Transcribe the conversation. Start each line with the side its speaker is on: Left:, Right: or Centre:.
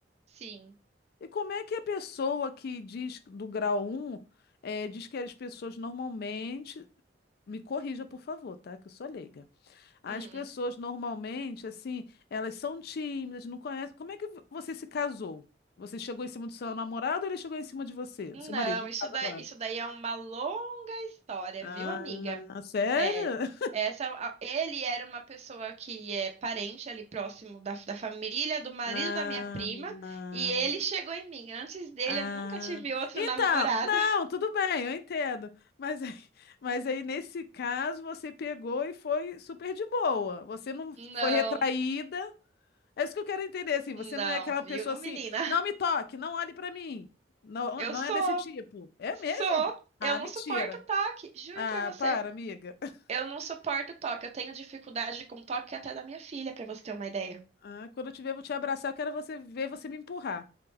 Right: sim.
Left: E como é que a pessoa que diz do grau um eh, diz que as pessoas normalmente, me corrija, por favor, tá? Que eu sou leiga. As
Right: Hum.
Left: pessoas normalmente, assim, elas são tímidas, não conhecem. Como é que vo- você se casou? Você chegou em cima do seu namorado ou ele chegou em cima de você,
Right: hum.
Left: do seu
Right: Não,
Left: marido? No
Right: isso
Left: caso
Right: daí,
Left: agora.
Right: isso daí é uma longa história,
Left: Ah,
Right: viu, amiga?
Left: sério?
Right: É, essa, a- ele era uma pessoa que é parente ali próximo da, da família, do marido
Left: Ah,
Right: da minha prima,
Left: ah.
Right: e ele chegou em mim. Antes dele,
Left: ah.
Right: eu nunca tive outro
Left: Então,
Right: <laughs> namorado.
Left: não, tudo bem, eu entendo. Mas, aí- <laughs> mas aí, nesse caso, você pegou e foi super de boa. Você não
Right: Não,
Left: foi retraída. É isso que eu quero entender, assim. Você
Right: não,
Left: não é aquela
Right: viu,
Left: pessoa assim,
Right: menina?
Left: não me toque, não olhe pra mim. Não,
Right: Eu
Left: não
Right: sou,
Left: é desse tipo. É
Right: sou.
Left: mesmo? Ah,
Right: Eu não
Left: mentira.
Right: suporto toque, juro
Left: Ah,
Right: pra você.
Left: para, amiga. <laughs>
Right: Eu não suporto toque. Eu tenho dificuldade com toque até da minha filha, pra você ter uma ideia.
Left: Ah, quando eu te ver, eu vou te abraçar. Eu quero você ver você me empurrar.